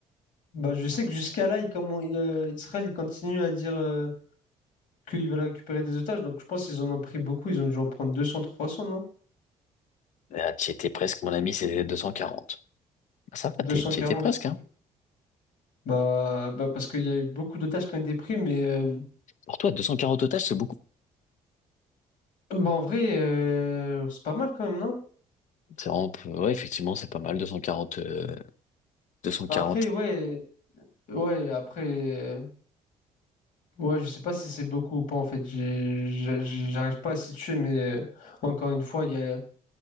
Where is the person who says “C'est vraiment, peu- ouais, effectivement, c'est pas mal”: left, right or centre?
Left